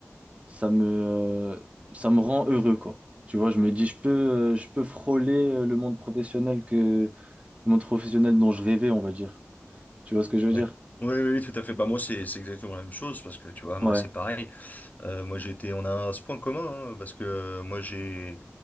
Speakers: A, on the right; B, on the left.
A: ça me, euh, ça me rend heureux, quoi. Tu vois, je me dis, je peux, euh, je peux frôler euh, le monde professionnel que le monde professionnel dont je rêvais, on va dire. Tu vois ce que je
B: D'accord.
A: veux dire?
B: Oui, oui, oui, tout à fait. Bah, moi, c'est, c'est exactement la même chose parce que tu vois, moi,
A: Ouais,
B: c'est pareil. Euh, moi, j'ai été, on a ce point commun hein, parce que euh, moi, j'ai,